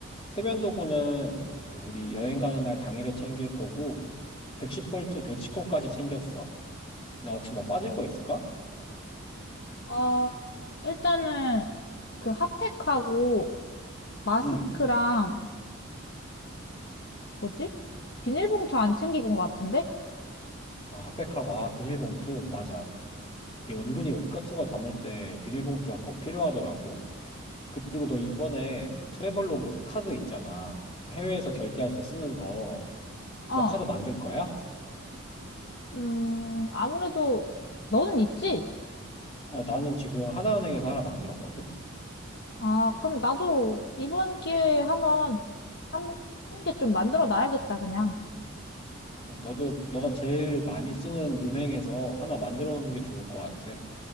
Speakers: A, on the left (about 30°); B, on the left (about 55°).
A: 세면도구는 우리 여행 가는 날 당일에 챙길 거고 110볼트 대치코까지 챙겼어. 나 혹시 뭐 빠진 거 있을까?
B: 어, 일단은 그 핫팩하고 마스크랑
A: 응.
B: 뭐지? 비닐봉투 안 챙긴 것 같은데?
A: 아, 핫팩하고 아, 비닐봉투 맞아. 이게 은근히 옷 같은 거 담을 때 비닐봉투가 꼭 필요하더라고. 그리고 너 이번에 그 트래블로그 카드 있잖아. 그 해외에서 결제할 때 쓰는 거.
B: 어,
A: 그거 카드 만들 거야?
B: 음, 아무래도 너는 있지?
A: 어, 나는 지금 하나은행에서 하나 만들었거든?
B: 아, 그럼 나도 이번 기회에 한번 한, 게 좀 만들어 놔야겠다, 그냥.
A: 어, 너도, 너가 제일 많이 쓰는 은행에서 하나 만들어 놓는 게 좋을 것 같아.